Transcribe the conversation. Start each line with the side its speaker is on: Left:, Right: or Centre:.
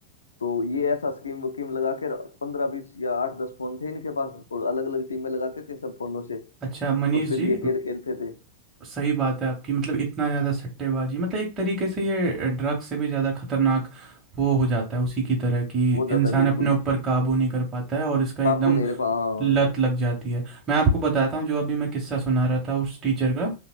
Left: तो ये ऐसा स्कीम वकीम लगा के पंद्रह बीस या आठ दस फोन थे इनके पास और अलग अलग टीमें लगाते थे सब फोनों से
Right: अच्छा मनीष
Left: और फिर
Right: जी
Left: ये खेल खेलते थे
Right: सही बात है आपकी मतलब इतना ज़्यादा सट्टेबाजी मतलब एक तरीके से ये ड्रग से भी ज़्यादा खतरनाक वो हो जाता है उसी की तरह कि
Left: हो जाता
Right: इंसान
Left: है बिल्कुल
Right: अपने ऊपर काबू नहीं कर पाता है और इसका
Left: काबू
Right: एकदम
Left: नहीं रखा हाँ
Right: लत लग जाती है मैं आपको बताता हूँ जो अभी मैं किस्सा सुना रहा था उस टीचर का